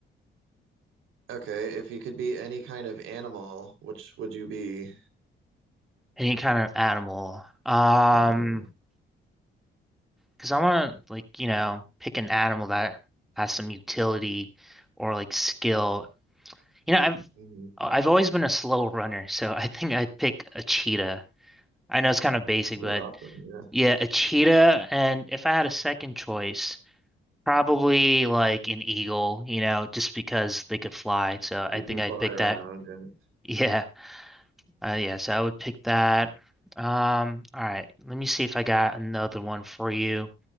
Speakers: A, on the right; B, in the centre.
A: Okay. If you could be any kind of animal, which would you be?
B: Any kind of animal. Um,
A: And,
B: because I want to like you know pick an animal that has some utility or like skill. You know, I've
A: mhm.
B: I've always been a slow runner, so I think I'd pick a cheetah. I know it's kind of basic,
A: You're
B: but
A: awesome. Yeah.
B: yeah, a cheetah. And if I had a second choice. Probably like an eagle, you know, just because they could fly. So I
A: You
B: think
A: can
B: I'd
A: fly
B: pick
A: around
B: that.
A: and
B: <laughs> Yeah. Uh, yeah. So I would pick that. Um, all right. Let me see if I got another one for you.